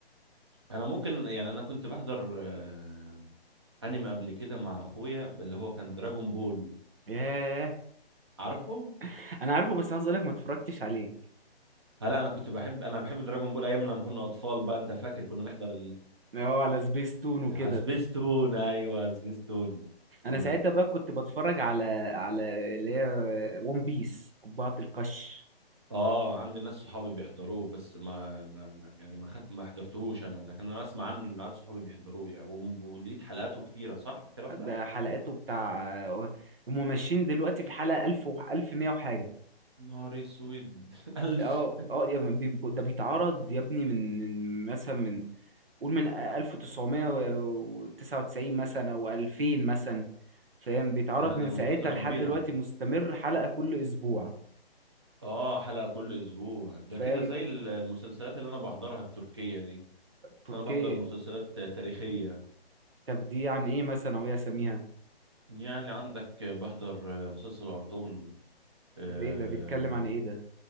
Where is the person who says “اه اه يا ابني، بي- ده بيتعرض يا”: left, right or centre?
Right